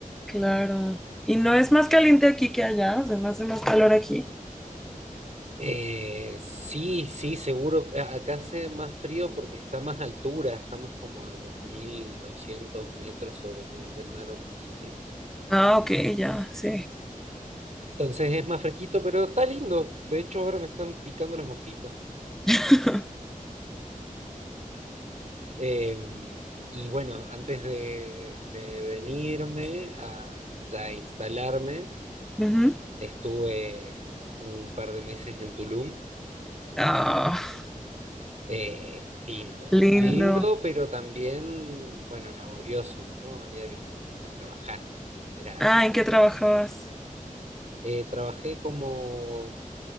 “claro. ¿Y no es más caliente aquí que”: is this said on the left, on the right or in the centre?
Centre